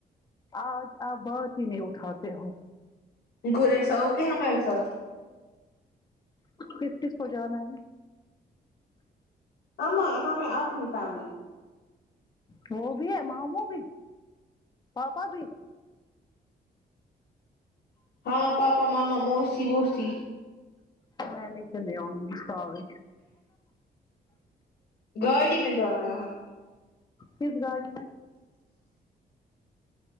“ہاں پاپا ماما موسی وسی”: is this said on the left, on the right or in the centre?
Left